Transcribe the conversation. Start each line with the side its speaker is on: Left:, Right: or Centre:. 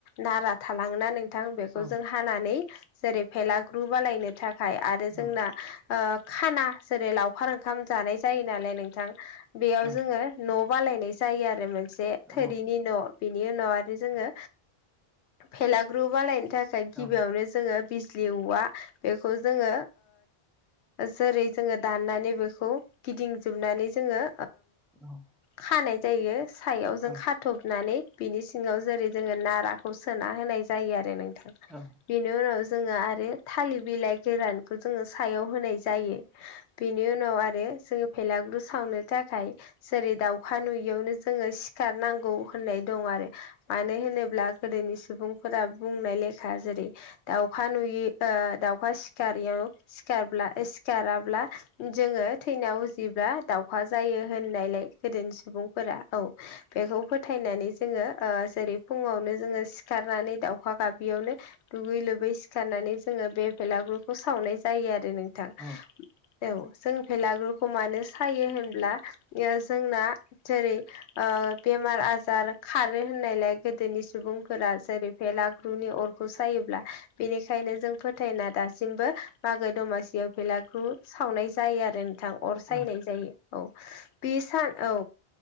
Left: नारा थालाङोना नों बेखौ
Centre: औ
Left: जों हानानै जेरै भेलाग्रुब आलायनो थाखाय आरो
Centre: औ
Left: जोंना खाना जेरै लावखार ओंखाम जानाय जायो नालाय नोंथां बेयाव
Centre: औ
Left: जोङो न' बालायनाय जायो आरो मोनसे थोरिनि
Centre: औ
Left: न' बेनि उनाव आरो जोङो फेलाग्रुब आलायनो थाखाय गिबियावनो
Centre: औ
Left: जोङो बिजलि औवा बेखौ जोङो जेरै जोङो दाननानै बेखौ गिदिंजोबनानै जोङो
Centre: औ
Left: खानाय जायो सायाव जों
Centre: औ
Left: खा थबनानै बिनि सिङाव जेरै जोङो नाराखौ सोना होनाय जायो आरो नोंथां
Centre: औ
Left: बेनि उनाव जोङो आरो थालिर बिलाइ गोरानखौ जोङो सायाव होनाय जायो बेनि उनाव आरो जोङो भेलागुरु सावनो थाखाय जेरै दाउखा नुयियावनो जोङो सिखारनांगौ होननाय दं आरो मानो होनोब्ला गोदोनि सुबुंफोरा बुंनाय लेखा जेरै दाउखा नुयो दाउखा सिखारयाव सिखारब्ला सिखाराब्ला जोङो थैनायाव जिब्ला दाावखा जायो होननायलाय गोदोनि सुबुंफोरा औ बेखौ फोथायनानै जोङो जेरै फुङावनो जोङो सिखारनानै दाउखा गाबियावनो दुगै लोबै सिखारनानै जोङो बे बेलागुरुखौ सावनाय जायो आरो नोंथां
Centre: औ
Left: औ जों भेलाग्रुखौ मानो सायो होनब्ला जोंना जेरै ओ बेमार आजार खारो होननायलाय गोदोनि सुबुंफोरा जेरै भेलागुरनि अरखौ सायोब्ला बेनिखायनो जों फोथायना दासिमबो मागो दमासियाव फैलाखौ सावनाय जायो आरो नोंथां अर सायनाय
Centre: औ
Left: जायो औ बे सान औ